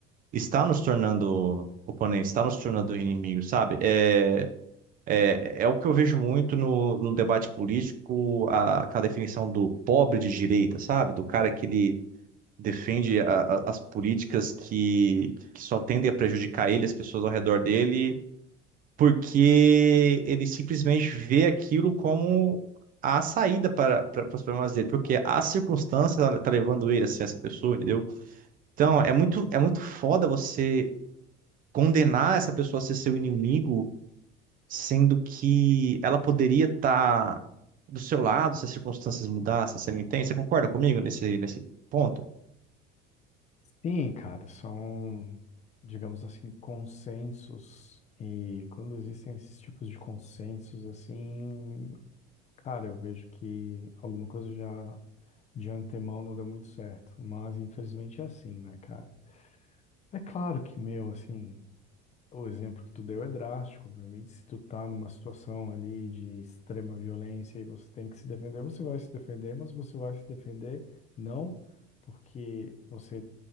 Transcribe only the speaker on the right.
está nos tornando oponente, está nos tornando inimigo, sabe? É, é, é o que eu vejo muito no, no debate político, a, aquela definição do pobre de direita, sabe? Do cara que ele defende a- a- as políticas que, que só tendem a prejudicar ele, as pessoas ao redor dele, porque ele simplesmente vê aquilo como a saída para, para, para os problemas dele, porque a circunstância tá, tá levando ele a ser essa pessoa, entendeu? Então, é muito, é muito foda você condenar essa pessoa a ser seu inimigo, sendo que ela poderia estar do seu lado se as circunstâncias mudassem, você me entende? Você concorda comigo nesse, nesse ponto?